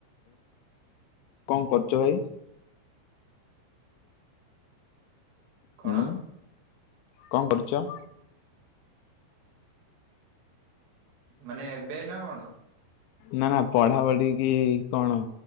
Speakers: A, on the left (about 80°); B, on the right (about 85°).
A: କଣ କରୁଚ ଭାଇ?
B: କଣ?
A: ହୁଁ କଣ କରୁଚ?
B: ମାନେ ଏବେ ନା କଣ?
A: ନା ନା ପଢାପଢି କିି କଣ